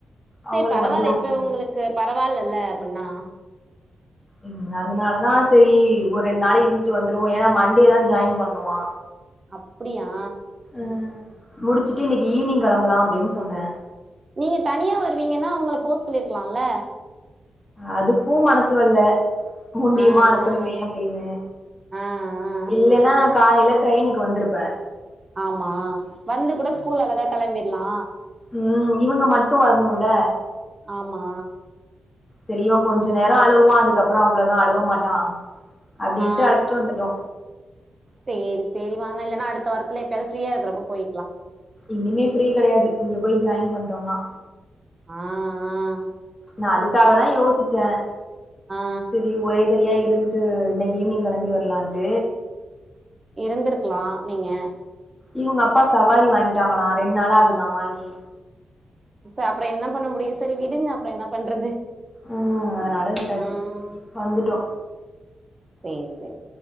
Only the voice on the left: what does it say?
அவங்களுக்கு
வண்டி ஓட்டனு
ம் அதனாலதா செரி ஒரு ரெண்டு நாள் இருந்துட்டு வந்துருவோ ஏனா மண்டே தா ஜாயின் பண்ணுமா
ம் முடிச்சுட்டு இன்னிக்கு ஈவினிங் கிளம்பலா அப்படின்னு சொன்னே
அதுக்கூ மனசு வரல்ல ஒன்டியமா
அனுப்பணுமே
அப்டின்னு
இல்லன்னா காலைல ட்ரெயினுக்கு வந்துருப்பே
ம் இவங்க மட்டு வர்ணுல
தெரியூ கொஞ்ச நேரோ அழுவான் அதுக்கப்புறம் அவ்வளதா அழுவ மாட்டான் அப்படின்ட்டு
அழைச்சிட்டு வந்துட்டோ
இனிமே ஃப்ரீ கெடையாது இங்க போய் ஜாயின் பண்டோனா
நா அதுக்காக தா யோசிச்சே
செரி ஒரே தரயா இருந்துட் இது இன்னிக்கி ஈவினிங் கெளம்பி வர்லான்ட்
இவங்க அப்பா சவாரி வாங்கிட்டாங்களா ரெண்டு நாளு ஆகுதா வாங்கி
ம் அதனால விட்டாச்சு
வந்துட்டோ